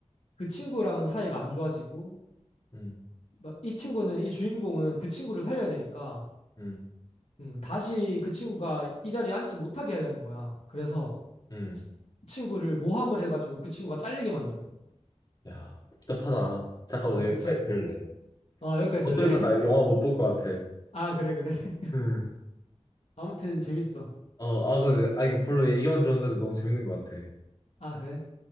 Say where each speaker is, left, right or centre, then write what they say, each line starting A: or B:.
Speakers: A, on the left (about 65°); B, on the left (about 35°).
A: 그 친구랑은 사이가 안 좋아지고
B: 음,
A: 막이 친구는 이 주인공은 그 친구를 살려야 되니까
B: 음,
A: 음, 다시 그 친구가 이 자리에 앉지 못하게 해야 되는 거야. 그래서
B: 음.
A: 친구를 모함을 해가지고 그 친구가 잘리게 만들어.
B: 야, 복잡하다. 잠깐만,
A: 어,
B: 나
A: 복잡해.
B: 여기까지 들을래.
A: 어, 여기까지
B: 못
A: 들래?
B: 들으면
A: <laughs>
B: 나 영화 못 볼 것 같아.
A: 아, 그래, 그래. <laughs>
B: 음.
A: 아무튼 재밌어.
B: 어, 아, 근데, 아, 이거 별로 얘기만 들었는데도 너무 재밌는 것 같아.
A: 아, 그래?